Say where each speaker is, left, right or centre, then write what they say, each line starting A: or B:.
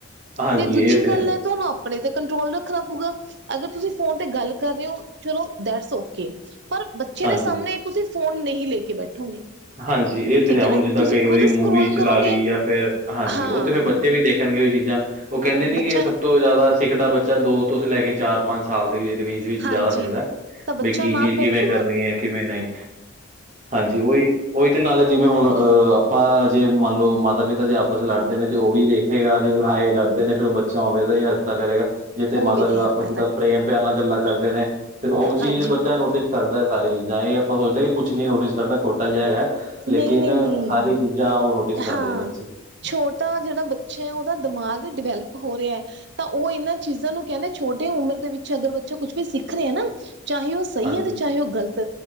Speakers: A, on the right; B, on the right.
A: ਹਾਂਜੀ
B: ਤੇ ਦੂਜੀ
A: ਇਹ
B: ਗਾੱਲ
A: ਹੈ,
B: ਐ ਤੋਨੂੰ ਅਪ ਅਪਣੇ ਤੇ ਕੰਟਰੋਲ ਰੱਖਨਾ ਪਊਗਾ ਅਗਰ ਤੂਸੀ ਫੋਨ ਤੇ ਗੱਲ ਕਰ ਰੇ ਓ ਚਲੋ, ਦੈਟਸ ਓਕੇ। ਪਰ ਬੱਚੇ
A: ਹਾਂਜੀ।
B: ਦੇ ਸਾਮਨੇ ਤੂਸੀ ਫ਼ੋਨ ਨਹੀਂ ਲੈ ਕੇ ਬੈਠੋਗੇ।
A: ਹਾਂਜੀ, ਏ ਤੇ
B: ਠੀਕ
A: ਹੈ, ਹੁਨ
B: ਨਾ
A: ਜਿੱਦਾਂ
B: ਤੁਸੀਂ
A: ਕਈ ਵਾਰੀ
B: ਖੁਦ
A: ਮੂਵੀ
B: ਸਕਰੋਲ
A: ਚਲਾ
B: ਕਰੋਗੇ
A: ਲੀ ਯਾ ਫੇਰ ਹਾਂਜੀ,
B: ਹਾਂ
A: ਓ ਤੇ ਫੇਰ ਬੱਚੇ ਵੀ ਦੇਖ ਖਨਗੇ ਏ ਚੀਜਾਂ, ਓ ਕੈਂਦੇ ਨੀ
B: ਬੱਚਾ
A: ਕਿ ਸਬ ਤੋ ਜਾਦਾ ਸਿੱਖ ਦਾ ਬੱਚਾ ਦੋ ਤੋਸੇ ਲੈ ਕੇ ਚਾਰ ਪਾੰਜ ਸਾਲ ਦੀ ਏਜ ਦੇ ਵਿੱਚ-ਵਿੱਚ ਜਾਦਾ
B: ਹਾਂਜੀ
A: ਸਿੱਖਦੈ
B: ਤਾਂ ਬੱਚਾ
A: ਬਈ ਕੀ
B: ਨਾਲ
A: ਚੀਜ
B: ਬੈਠੂਗਾ
A: ਕਿਵੇਂ ਕਰਨੀ ਏ, ਕਿਵੇਂ ਨਈਂ ਹਾਂਜੀ ਓਈ, ਓਈ ਤੇ ਨਾਲੇ ਜਿਵੇਂ ਹੁਣ ਅ ਅਪਾਂ ਜੇ ਮਾੰਨ ਲੋ ਮਾਤਾ-ਪਿਤਾ ਜੇ ਆਪਸ ਚ ਲੜਦੇ ਨੇ, ਤੇ ਓ ਵੀ ਦੇਖੇਗਾ ਕਿ ਹਾਂ ਏ ਲੜਦੇ ਨੇ, ਫ਼ਿਰ ਓ ਬੱਚਾ ਓਂਵੇਦਾ ਈ ਹਰਕਤਾਂ ਕਰੇਗਾ। ਜਿੱਥੇ
B: ਉਵੇਂ
A: ਮਾਤਾ-ਪਿਤਾ
B: ਦੇ ਹਰਕਤਾਂ
A: ਆਪਸ ਜਿੱਦਾਂ
B: ਕਰ
A: ਪ੍ਰੇਮ ਪੇਆਰ ਨਾਲ਼ ਗੱਲਾਂ ਕਰਦੇ ਨੇ, ਫੇਰ ਓ ਚੀਜ
B: ਹਾਂਜੀ
A: ਬੱਚਾ ਨੋਟਿਸ ਕਰਦੈ ਸਾਰੀ ਚੀਜਾਂ, ਏ ਆਪਾਂ ਸੋਚਦੇ ਆਂ ਕਿ ਕੁੱਛ ਨੀ ਨੋਟਿਸ ਕਰਦਾ, ਛੋਟਾ ਜਾ ਹੈਗੈ ਲੇਕਿਨ
B: ਨਹੀਂ ਨਹੀਂ ਨਹੀਂ
A: ਸਾਰੀ ਚੀਜਾਂ, ਓ ਨੋਟਿਸ ਕਰਦੇ
B: ਹਾਂ
A: ਐ ਬੱਚੇ।
B: ਛੋਟਾ ਜੇੜਾ ਬੱਚਾ ਐ ਓਦਾ ਦਮਾਗ ਡਵੈਲਪ ਹੋ ਰੇਐ, ਤਾਂ ਓ ਏਨਾਂ ਚੀਜਾਂ ਨੂੰ ਕੈਨੈ ਛੋਟੀ ਉਮਰ ਦੇ ਵਿੱਚ ਅਗਰ ਬੱਚਾ ਕੁੱਛ ਵੀ ਸਿੱਖ ਰੇਐ ਨਾ, ਚਾਹੇ ਓ ਸਈ
A: ਹਾਂਜੀ
B: ਐ ਤੇ ਚਾਏ ਓ ਗਲਤ